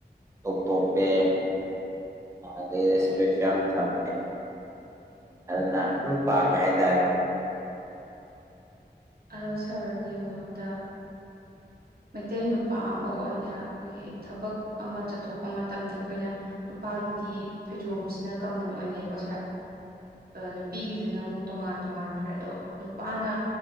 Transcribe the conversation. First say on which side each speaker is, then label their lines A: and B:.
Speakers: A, on the right (about 15°); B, on the right (about 60°).
A: ꯇꯣꯞ ꯇꯣꯞꯄꯦ ꯑꯗꯩ ꯔꯦꯁꯇ꯭ꯔꯤꯛꯁꯟ ꯊꯝꯃꯦ ꯑꯗꯨꯅ ꯑꯗꯨꯝ ꯄꯥꯝꯃꯦ ꯍꯥꯏꯇꯥꯔꯦ
B: ꯑꯗꯣ ꯁꯥꯔꯒꯤ ꯃꯣꯠꯇ ꯃꯩꯇꯩ ꯅꯨꯄꯥ ꯑꯃ ꯑꯣꯏꯅ ꯑꯩꯈꯣꯏꯒꯤ ꯊꯕꯛ ꯑꯃ ꯆꯠꯊꯣꯛꯄ ꯃꯇꯝꯗ ꯑꯩꯈꯣꯏꯅ ꯅꯨꯄꯥꯒꯤꯗꯤ ꯐꯩꯖꯣꯝꯁꯤꯅ ꯀꯃꯟ ꯑꯣꯏꯅꯩꯀꯣ ꯁꯥꯔ ꯅꯨꯄꯤꯒꯤꯁꯤꯅ ꯑꯃꯨꯛ ꯇꯣꯉꯥꯟ ꯇꯣꯉꯥꯟꯈ꯭ꯔꯦ ꯑꯗꯣ ꯅꯨꯄꯥꯅ